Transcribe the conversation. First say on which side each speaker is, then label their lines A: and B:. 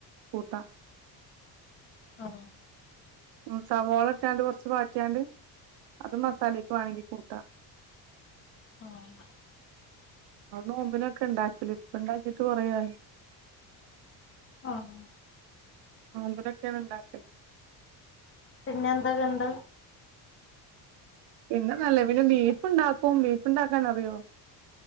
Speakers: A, on the right (about 75°); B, on the left (about 30°).
A: കൂട്ടാ
B: ആ
A: ഉ സവാള ഇട്ടാണ്ട് കൊറച്ച് വാട്ടിയാണ്ട് അത് മസാലക്ക വേണങ്കി കൂട്ടാ
B: ആഹ്
A: നോമ്പിനൊക്കെ ഉണ്ടാക്ക അല ഇപ്പ ഉണ്ടാക്കിട്ട് കുറയ
B: ആഹ
A: നമ്പലൊക്കെയാണ് ഇണ്ടാക്കല്
B: പിന്നെ എന്താകണ്ട്
A: പിന്നെ നല്ല പിന്നെ ബീഫ്ണ്ടാക്കും ബീഫുണ്ടാക്കാനറിയോ